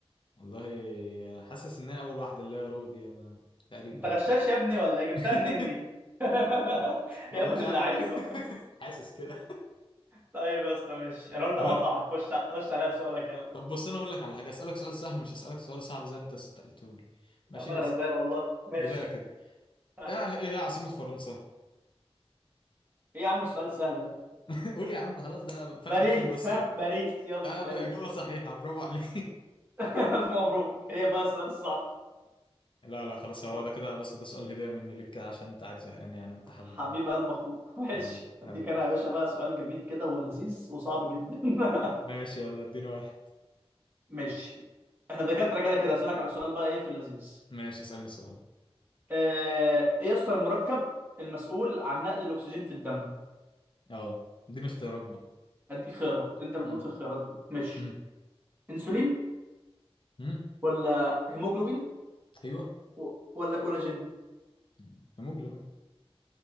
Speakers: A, on the left (about 55°); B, on the right (about 20°).
A: والله حاسس ان هي اول واحده اللي هي رو دي انا تقريبا
B: انت
A: يعني
B: غشاش يا ابني ولا إيه؟ جبتها
A: <laughs>
B: منين دي <laughs>
A: والله
B: يا ابن
A: مش
B: اللعيبه
A: عارف <laughs> حاسس كده
B: طيب يا اسطى ماشي انا قلت
A: طب
B: هوقعك
A: انا
B: خش خش عليا بسؤالك يلا
A: طب بص انا اقول لك على حاجه اسالك سؤال سهل مش هسالك سؤال صعب زي ما انت سالته لي ماشي
B: يا عم انا
A: اسال
B: غلبان والله ماشي
A: بدايه كده
B: ها.
A: ايه ايه هي عاصمه فرنسا
B: ايه يا عم السؤال السهل ده
A: <laughs> قول يا عم خلاص ده فتحه
B: باريس
A: خير بس
B: ها
A: كده
B: باريس يلا
A: آه،
B: باريس
A: اجابه صحيحه برافو عليك
B: <laughs> الف مبروك ايه بقى السؤال الصعب
A: <laughs> لا لا خلاص هو
B: و-
A: ده كده بس ده سؤال هديه مني ليك كده عشان انت قاعد زهقان يعني وانت حبيبي
B: حبيب
A: برضه.
B: قلب اخوك <laughs> ماشي
A: حبيبي
B: اديك
A: حبيبي
B: انا يا باشا بقى سؤال جميل كده ولذيذ وصعب جدا <laughs>
A: ماشي يلا اديني واحد
B: ماشي احنا دكاترة كده كده هسألك على سؤال بقى ايه في اللذيذ
A: ماشي اسالني سؤال
B: آه، ايه يسطا المركب المسؤول عن نقل الاكسجين في الدم
A: اه اديني اختيارات بقى
B: اديك خيارات انت بتموت
A: امم
B: في الخيارات دي مش
A: امم
B: انسولين
A: امم
B: ولا هيموجلوبين
A: ايوه
B: و- ولا كولاجين
A: مم. هيموجلوبين